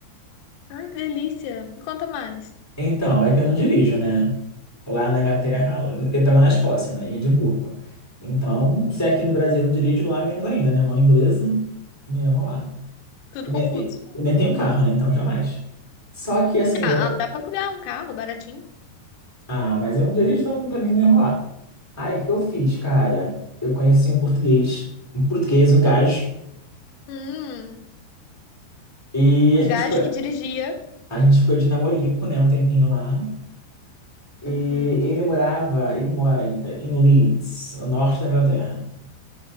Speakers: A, on the left; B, in the centre.
A: Ai, que delícia. Me conta mais.
B: Então, é que eu não dirijo, né? Lá na Inglaterra,
A: Uhum.
B: eu estava na Escócia, né? Em Edimburgo. Então, se é aqui no Brasil eu não dirijo, lá menos ainda, né? Mão inglesa, não ia rolar.
A: Tudo
B: E nem,
A: confuso.
B: e- e nem tenho carro, né? Então, jamais. Só que, assim,
A: Ah,
B: eu-
A: dá pra alugar um carro baratinho.
B: ah, mas eu não dirijo, então pra mim não ia rolar. Aí, o que que eu
A: Hum.
B: fiz, cara? Eu conheci um português, um português, um gajo,
A: Hum,
B: e
A: Um
B: a gente
A: gajo
B: ficou,
A: que dirigia.
B: a gente ficou de namorico, né? Um tempinho lá. E
A: Uhum.
B: ele morava, ele mora ainda em Leeds, no norte da Inglaterra.